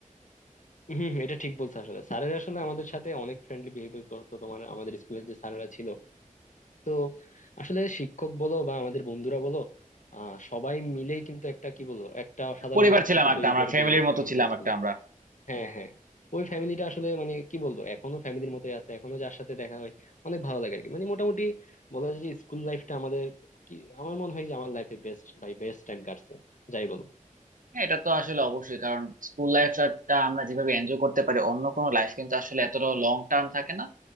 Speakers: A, on the left; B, on the right.
A: হম হম, এটা ঠিক বলছো আসলে স্যারেরা আসলে আমাদের সাথে অনেক ফ্রেন্ডলি বিহেভিয়ার করতো তোমার আমাদের স্কুলের যে স্যারেরা ছিল তো আসলে শিক্ষক বলো বা আমাদের বন্ধুরা বলো আহ সবাই মিলেই কিন্তু একটা কি বলবো একটা সাধারণ
B: পরিবার
A: একটা
B: ছিলাম
A: স্মৃতি
B: একটা
A: তৈরি
B: আমরা
A: করে
B: ফ্যামিলির
A: দিয়ে গেছে
B: মতো
A: আমাদের
B: ছিলাম
A: স্কুলে
B: একটা আমরা
A: হ্যাঁ হ্যাঁ ওই ফ্যামিলিটা আসলে মানে কি বলবো এখনো ফ্যামিলির মতোই আছে এখনো যার সাথে দেখা হয় অনেক ভালো লাগে আর কি মানে মোটামুটি বলা যায় যে স্কুল লাইফটা আমাদের কি আমার মনে হয় যে আমার লাইফে বেস্ট ভাই বেস্ট টাইম কাটছে যাই বলো
B: হ্যাঁ, এটা তো আসলে অবশ্যই কারণ স্কুল লাইফটা আমরা যেভাবে এনজয় করতে পারি অন্য কোনো লাইফ কিন্তু আসলে এতটাও লং টার্ম থাকে না